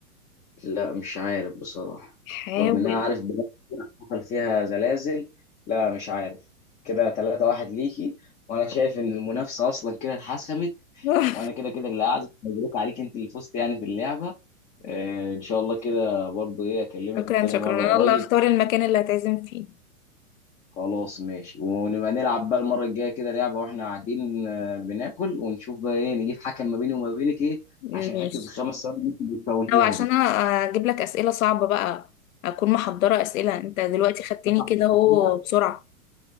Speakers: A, on the left (about 20°); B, on the left (about 65°).
A: لا مش عارف بصراحة
B: حاول
A: رغم إن أنا عارف بلد حصل فيها زلازل لا مش عارف كده تلاتة واحد ليكي وأنا شايف إن المنافسة أصلا كده اتحسمت
B: <laughs>
A: وأنا كده كده اللي أعزم مبروك عليك أنت اللي فزت يعني في اللعبة آه إن شاء الله كده برضو إيه أكلمك
B: شكرا
A: تاني
B: شكرا
A: مرة
B: انا
A: قريب
B: اللي اختار المكان اللي هتعزم فيه
A: خلاص ماشي ونبقى نلعب بقى المرة الجاية كده لعبة وإحنا قاعدين آه، بناكل ونشوف بقى إيه نجيب حكم ما بيني وما بينك إيه
B: ماشي
A: عشان حتة الخمس ثواني اللي أنت بتفوتيها
B: لو عشان
A: دي
B: اجيب لك اسئله صعبه بقى اكون محضره اسئله انت دلوقتي خدتني
A: أصعب
B: كده
A: من
B: اهو
A: كده
B: بسرعه